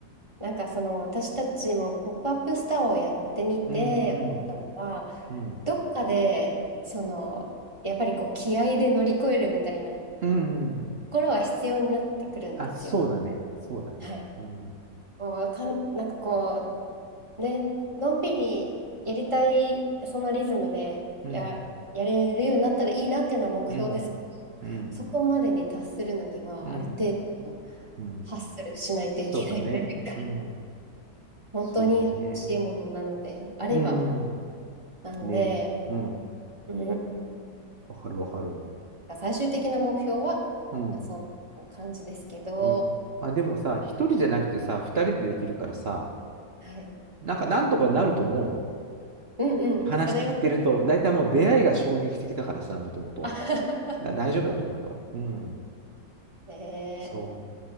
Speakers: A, on the right; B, on the right.
A: なんかその私たちもポップアップスターをやってみて思ったのが、
B: うん、うん、うん、
A: どっかでそのやっぱりこう気合で乗り越えるみたいなと
B: うん、うん。
A: ころは必要になってくるんですよ。
B: あ、そうだね。そうだね。
A: はい。
B: うん。
A: こうかん、なんかこうね、のんびりやりたいそのリズムでや、
B: うん、
A: やれるようになったらいいなっていうのは目標ですけど、
B: うん、うん、
A: そこまでに達するのにはある程度
B: うん、うん、
A: ハッスルしないといけないというか、
B: そうだね。うん、
A: 本当に欲しいものなのであれば。
B: そうだよね。うん、
A: なんで、
B: うんね。うん、
A: う
B: わかるわかる。
A: ん、最終的な目標は、
B: うん。
A: そんな感じですけど、
B: ね。まあでもさ、一人じゃなくてさ、二人でできるからさ、
A: はい。
B: なんかなんとかなると思うよ。
A: うんうん、
B: 話聞いてると、
A: それを、
B: だいたいもう出会いが衝撃的だからさ、もともと。
A: あ <laughs>
B: だ大丈夫だと思うよ。うん。
A: ねえ、
B: そ